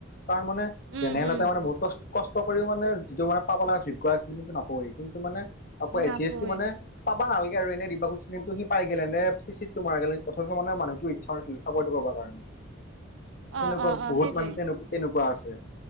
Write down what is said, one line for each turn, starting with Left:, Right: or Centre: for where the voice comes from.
Left: তাৰমানে
Right: উম
Left: জেনেৰেল
Right: উম
Left: এটাই মানে বহুত কষ্ট কষ্ট কৰিও মানে যিটো মানে পাব লগা যোগ্য আছিল সেইটো নাপৱেই, কিন্তু মানে আকৌ
Right: নাপয়
Left: এ চি এছ টি মানে পাবা নালাগে আৰু এনেই দিবা সোধচিল সি পাই গেল, এনেই চি-চিতটো মাৰা গেল অথচ মানে মানুহ ইচ্ছা নাছিলে চাকৰিটো কৰিবা কাৰণে, তেনেকুৱা
Right: অ', অ', অ',
Left: বহুত
Right: সেইটোৱে
Left: মানে তেনেকুৱা তেনেকুৱা আছে,